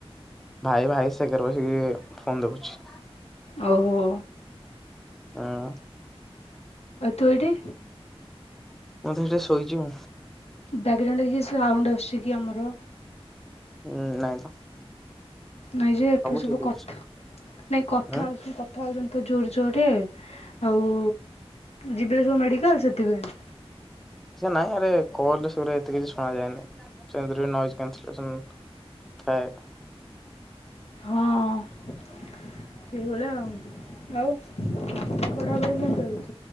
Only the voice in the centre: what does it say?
ଭାଇ ଭାଇ ସେ ଘରେ ବସିକି ଫୋନ ଦେଖୁଛି
ହଁ
ମୁଁ ତ ଏଠି ଶୋଇଛି ଆ
ହୁଁ ନାଇଁ ତ
ଠିକ
ଅଛି।
ଉଁ
ନାଇଁ ଆରେ କଲ ରେ ସେଇଗୁଡ଼ା ଏତେ କିଛି ଶୁଣାଯାଏନି ସେ ଥାଏ